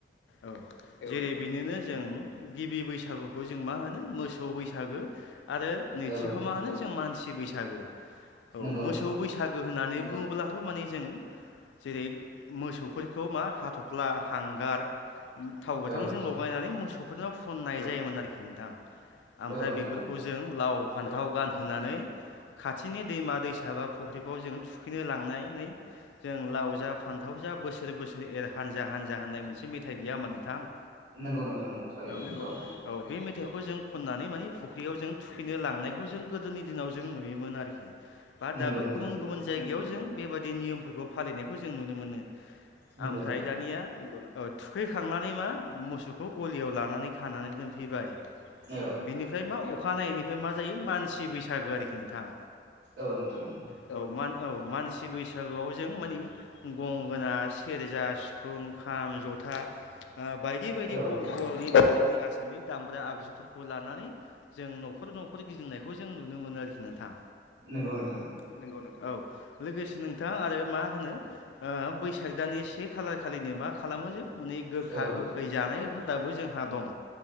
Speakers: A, on the left; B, on the right.
A: औ जेरै बेनोनो जों गिबि बैसागुखौ जों मा होनो मोसौ बैसागो आरो नैथिखौ
B: औ नोंथां
A: मा होनो जों मानसि बैसागो औ
B: नंगौ
A: मोसौ
B: नोंथां
A: बैसागो होननानै बुङोब्लाथ' माने जों जेरै मोसौफोरखौ मा हाथ'फ्ला हांगार थाव गोथांजों
B: औ नोंथां
A: लगायनानै मोसौफोरनो फुननाय जायोमोन आरोखि नोंथां ओमफ्राय
B: औ नोंथां
A: बे बेफोरखौ
B: नंगौ
A: जों लाव फान्थाव गानहोनानै खाथिनि दैमा दैसा बा फख्रिफ्राव जोंङ थुखैनो लांनानै जों लाव जा फान्थाव जा बोसोरै बोसोरै एर हानजा हानजा होननाय मोनसे मेथाइ गैया हानबा नोंथां औ
B: नंगौ नोंथां नंगौ थारैनो
A: नंगौ
B: दं
A: नोंथां नंगौ औ बे मेथाइखौ जों खननानै मानि दैयाव जों थुखैनो लांनायखौ जों गोदोनि दिनाव जों नुयोमोन आरोखि बा
B: नंगौ
A: दाबो
B: नोंथां
A: गुबुन
B: नंगौ
A: गुबुन जायगायाव जों बेबादि नियमफोरखौ फालिनायखौ जों नुनो मोनो
B: नंगौ
A: आमफ्राय
B: नोंथां
A: दानिया नंगौ नों ओ थुखैखांनानै मा मोसौखौ गलियाव लानानै खानानै दोनफैबाय
B: औ
A: बिनिफ्राय मा अखानायैनिफ्राय मा जायो मानसि बैसागो आरोखि नोंथां
B: औ नोंथां नोंगौ
A: औ मान औ मानसि बैसागुआव जों मानि गंगोना सेरजा सिफुं खाम जथा आ बायदि बायदि
B: औ
A: बर'नि
B: नोंथां
A: बा जोंनि आसामनि दामग्रा आगजुफोरखौ लानानै जों न'खर न'खर गिदिंनायखौ जों नुनो मोनो आरोखि नोंथां
B: नंगौ नोंथां
A: नंगौ नोंथां औ लोगोसे नोंथां आरो मा होनो ओ बैसाग दानि से खालार खालिनो मा खालामो जों माने गोखा
B: औ नोंथां
A: गोखै जानाय हुदाबो जोंहा दं।